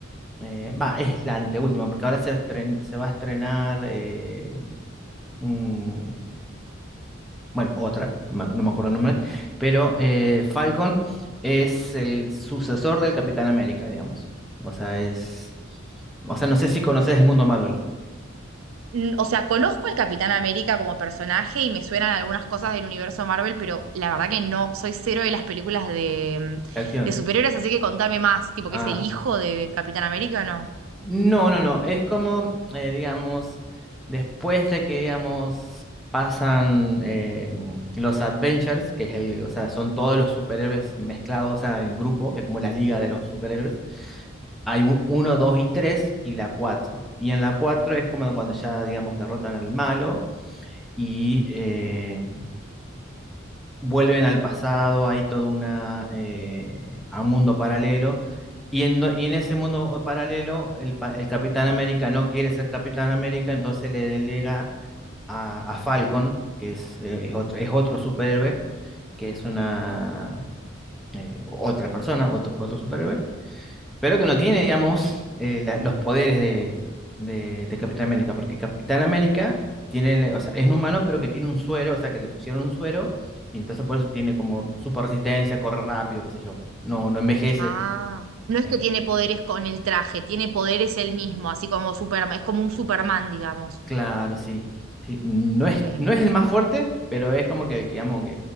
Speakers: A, in the centre; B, on the right (about 80°).
A: eh, Va, es la anteúltima, porque ahora se, estren- se va a estrenar eh, mm, bueno, otra, ma- no me acuerdo el nombre, pero eh, Falcon es el sucesor del Capitán América, digamos. O sea, es, o sea, no sé si conoces el mundo Marvel,
B: Mm, O sea, conozco al Capitán América como personaje y me suenan algunas cosas del universo Marvel, pero la verdad que no, soy cero de las películas de, mm,
A: de acción.
B: de superhéroes, así que contame más, tipo
A: Ah,
B: que es el hijo de Capitán América, ¿no?
A: No, no, no. Es como, eh, digamos, después de que, digamos, pasan eh, los Adventures, que es el, o sea, son todos los superhéroes mezclados, o sea, en grupo, es como la liga de los superhéroes. Hay un, uno, dos y tres, y la cuatro. Y en la cuatro es como cuando ya, digamos, derrotan al malo y eh, vuelven al pasado, hay todo una, eh, a un mundo paralelo. Y en, do- y en ese mundo paralelo, el, pa- el Capitán América no quiere ser Capitán América, entonces le delega a, a Falcon, que es, eh, es otro, es otro superhéroe, que es una eh, otra persona, otro, otro superhéroe pero que no
B: Ok.
A: tiene, digamos, eh, la- los poderes de, de, de Capitán América, porque Capitán América tiene, o sea, es un humano, pero que tiene un suero, o sea, que le pusieron un suero, y entonces por eso tiene como super resistencia, corre rápido, qué sé yo, no, no envejece.
B: Ah, no es
A: Eh,
B: que tiene poderes con el traje, tiene poderes él mismo, así como Superman, es como un Superman, digamos.
A: Claro, sí, sí. No
B: Ok,
A: es, no es el más fuerte, pero es como que, digamos, que